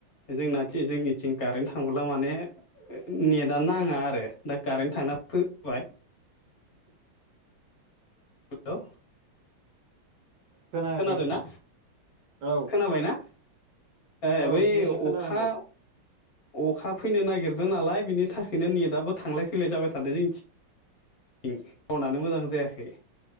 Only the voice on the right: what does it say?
खोनायाखै
औ
औ
एसे एसे खोनाहांदो